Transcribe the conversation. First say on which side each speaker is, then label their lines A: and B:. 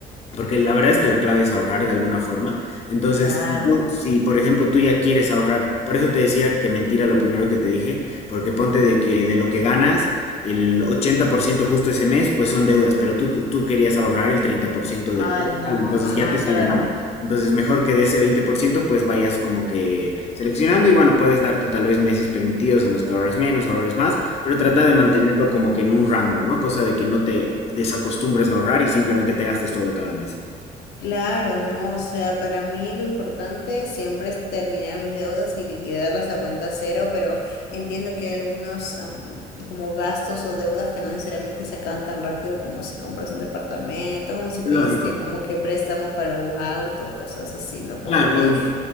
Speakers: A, on the left; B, on the left.
A: Porque la verdad es que la clave es ahorrar de alguna forma. Entonces,
B: claro.
A: si tú- si, por ejemplo tú ya quieres ahorrar, por eso te decía que mentira lo primero que te dije, porque ponte de que de lo que ganas, el 80% justo ese mes, pues son deudas, pero tú, tú querías ahorrar el 30%
B: Ay,
A: del total,
B: no,
A: entonces
B: ajá,
A: ya te sale
B: claro.
A: mal. Entonces, mejor que de ese 20%, pues vayas como que seleccionando y bueno, puedes darte tal vez meses permitidos en los que ahorres menos, ahorres más. Pero trata de mantenerlo
B: <laughs>
A: como que en un rango, ¿no? Cosa de que no te desacostumbres a ahorrar y simplemente te gastes todo cada mes.
B: Claro, no, o sea, para mí lo importante siempre es terminar mis deudas y liquidarlas a cuenta cero, pero entiendo que hay algunos am, como gastos o deudas que no necesariamente se acaban tan rápido como si compras un departamento, como si pediste
A: Lógico.
B: como que préstamo para un auto, cosas así, ¿no? Como
A: Claro,
B: que
A: o in-